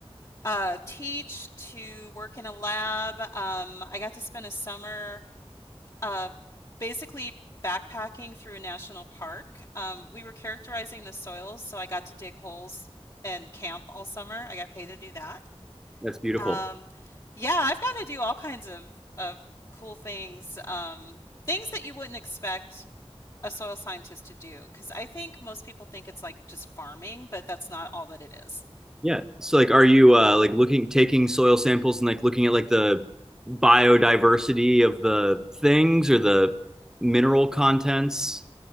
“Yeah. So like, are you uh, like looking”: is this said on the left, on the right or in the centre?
Centre